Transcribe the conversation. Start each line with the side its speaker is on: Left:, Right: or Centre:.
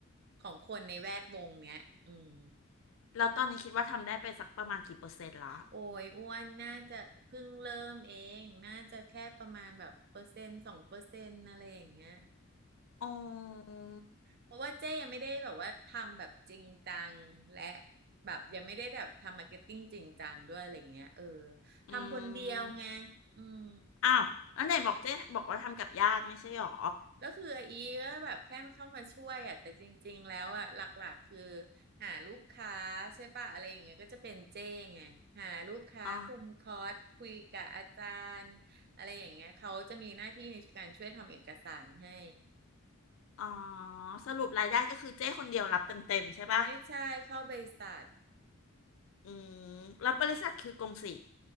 Right: ของคนในแวดวงเนี้ยอืม
Left: แล้วตอนนี้คิดว่าทำได้ไปสักประมาณกี่เปอร์เซ็นต์ละ
Right: โอ้ยอ้วนน่าจะเพิ่งเริ่มเองน่าจะแค่ประมาณแบบเปอร์เซ็นต์สองเปอร์เซ็นต์อะไรอย่างเงี้ย
Left: อ๋อ
Right: เพราะว่าเจ๊ยังไม่ได้แบบว่าทำแบบจริงจังและแบบยังไม่ได้แบบทำมาร์เก็ตติ้งจริงจังด้วยอะไรเงี้ยเออทำคนเดียวไง
Left: อืม
Right: อืม
Left: อ้าว แล้วไหนบอกเจ๊บอกว่าทำกับญาติไม่ใช่หรอ
Right: ก็คือไออีก็แบบแค่เข้ามาช่วยอ่ะแต่จริงๆแล้วอ่ะหลักๆคือหาลูกค้าใช่ปะอะไรอย่างเงี้ยก็จะเป็นเจ้ไงหาลูกค้าคุมคอร์สคุยกับอาจารย์อะไรอย่างเงี้ยเขาจะมีหน้าที่ในการช่วยทำเอกสารให้
Left: อ๋ออ๋อสรุปรายได้ก็คือเจ๊คนเดียวรับเต็มๆใช่ปะ
Right: ไม่ใช่เข้าบริษัท
Left: อืมแล้วบริษัทคือกงสี